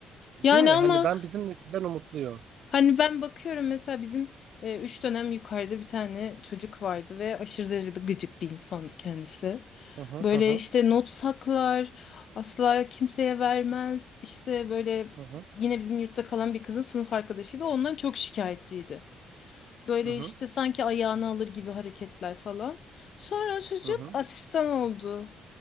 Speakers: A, on the right (about 70°); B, on the left (about 60°).
A: Değil
B: Yani
A: mi?
B: ama
A: Hani ben bizim nesilden umutluyum.
B: Hani ben bakıyorum mesela bizim e, üç dönem yukarıda bir tane çocuk vardı ve aşırı derecede gıcık bir insandı kendisi.
A: Hı hı
B: Böyle
A: hı hı
B: işte not saklar, asla kimseye vermez. İşte böyle
A: hı
B: yine bizim yurtta kalan bir kızın sınıf arkadaşıydı. Ondan çok şikayetçiydi. Böyle
A: hı
B: işte sanki ayağını alır gibi hareketler falan. Sonra o çocuk
A: hı
B: asistan oldu.